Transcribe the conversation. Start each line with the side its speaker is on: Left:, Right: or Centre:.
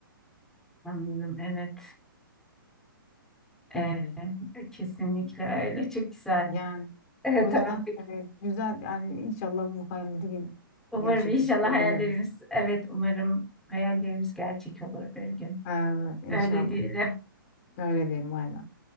Centre: Anladım. Evet. Ee,
Left: Doğrudur.
Centre: kesinlikle öyle. Çok güzel.
Left: Yani
Centre: Evet,
Left: o
Centre: tamam.
Left: yüzden
Centre: peki.
Left: e, güzel yani inşallah bu hayalleri ge-
Centre: Umarım
Left: gerçekleştirebiliriz.
Centre: inşallah hayallerimiz, evet umarım hayallerimiz gerçek olur bir gün.
Left: Evet inşallah.
Centre: Öyle diyelim.
Left: Öyle diyelim aynen.